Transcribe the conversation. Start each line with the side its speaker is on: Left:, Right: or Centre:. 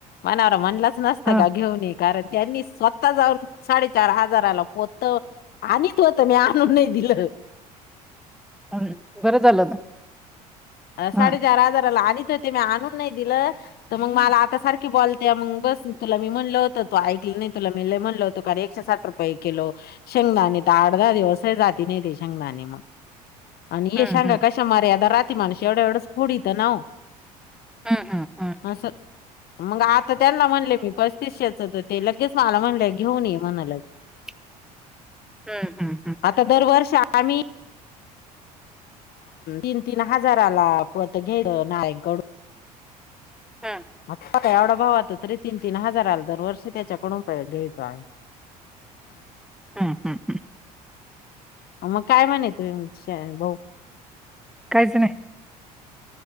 Left: मनावर म्हणलाच नसतं
Centre: हं
Left: का घेऊन ये कारण त्यांनी स्वतः जाऊन साडेचार हजाराला पोत आणत होत मी आणून नाही दिलं.
Centre: हम् बरं झालं ना
Left: साडेचार
Centre: हं
Left: हजाराला आणत होत मी आणून नाही दिलं. तर मग मला आता सारखी बोलते मग बस तुला मी म्हणलं होतं तू ऐकलं नाही तुला म म्हणलं होतं कारण एकशे साठ रुपये रुपये किलो शेंगदाने तर आठ दहा दिवस जाती नाही ते शेंगदाणे. आणि
Centre: हं
Left: ये शेंगा
Centre: हं
Left: कशा मर्यादा राती माणस एवढ्या एवढंच फोडीतं ना ओ
Centre: हं हं हं
Left: अस मग आता त्यांना म्हणले मी पस्तीसशेच तर ते लगेच मला म्हणले घेऊन ये म्हणा लगे
Centre: <unintelligible> हं
Left: आता दरवर्ष आम्ही तीन तीन हजारालात घेय नारयणकडून
Centre: हां
Left: आ का एवढा भाव आता तरी तीन तीन हजार आला दर वर्षी त्याच्याकडून घ्यायचं आहे.
Centre: हं हं
Left: मग काय म्हणे तुम्ही भाउ
Centre: काहीच नाही